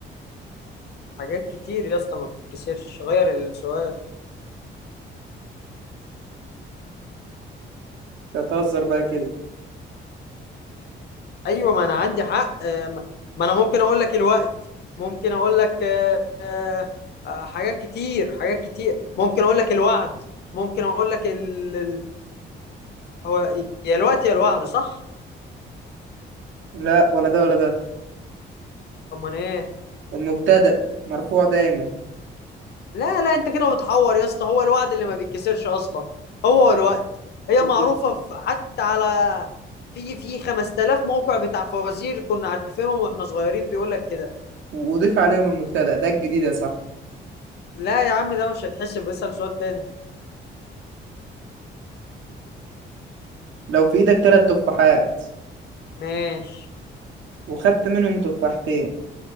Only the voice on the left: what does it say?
حاجات كتير يا اسطى ما بتتكسرش غير السؤال
ايوه ما انا عندي حق آه، ما ما انا ممكن اقول لك الوقت ممكن اقول لك آه، آه، آه، حاجات كتير حاجات كتير ممكن اقول لك الوعد ممكن اقول لك ال... ال- هو يا الوقت يا الوعد صح
امال ايه
لا لا انت كده بتحور يا اسطى هو الوعد اللي ما بيتكسرش اصلا هو الوقت هي
معروفة في حتى على في في 5000 موقع بتاع فوازير كنا عارفينهم واحنا صغيرين بيقول لك كده
لا يا عم ده مش هيتحسب اسأل سؤال تاني
ماشي